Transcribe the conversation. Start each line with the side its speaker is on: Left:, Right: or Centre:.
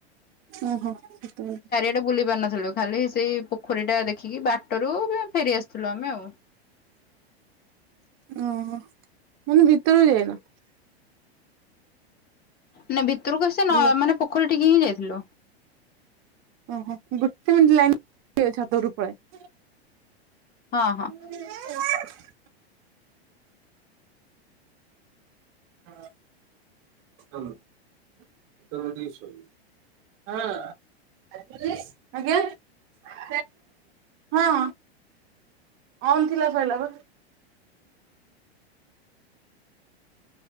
Right: ଓହୋ ତ
Left: ସେଟା ବୁଲି ପାର ନଥିଲୁ ଖାଲି ସେଇ ପୋଖରୀ ଟା ଦେଖିକି ବାଟରୁ ଫେରି ଆସିଥିଲୁ ଆମେ ଆଉ।
Right: ଓହୋ ମାନେ ଭିତରକୁ ଯାଇନ?
Left: ନ ଭିତରକୁ ଆସି
Right: ହ୍ୟାଲୋ
Left: ନ ମାନେ ପୋଖରୀ ଟିକେ ହିଁ ଯାଇଥିଲୁ।
Right: ଓହୋ ଗୋଟେ ମିନ୍ ଲାଇନ ଥିବେ ଛାତ ଉପରୁ ପଲାଏ।
Left: ହଁ ହଁ।
Right: <unintelligible> <inaudible> ହଁ <unintelligible> ଆଜ୍ଞା। <unintelligible> ହଁ ଅନ ଥିଲା କହିଲା ବା।